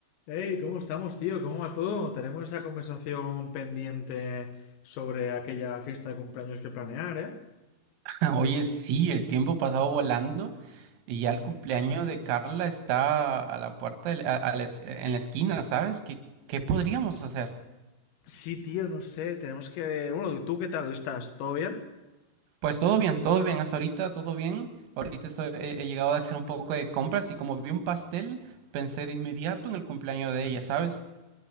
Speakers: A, on the left; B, on the right.
A: Hey, ¿cómo estamos, tío? ¿Cómo va todo? Tenemos esa conversación pendiente sobre aquella fiesta de cumpleaños que planear, ¿eh?
B: <laughs> Oye, sí, el tiempo pasado volando y ya el cumpleaños de Carla está a la puerta, del- a- a la es- en la esquina, ¿sabes? ¿Qué, qué podríamos hacer?
A: Sí, tío, no sé, tenemos que... Bueno, ¿tú qué tal estás? ¿Todo bien?
B: Pues todo bien, todo bien, hasta ahorita todo bien. Ahorita estoy- he, he llegado a hacer un poco de compras y como vi un pastel, pensé de inmediato en el cumpleaños de ella, ¿sabes?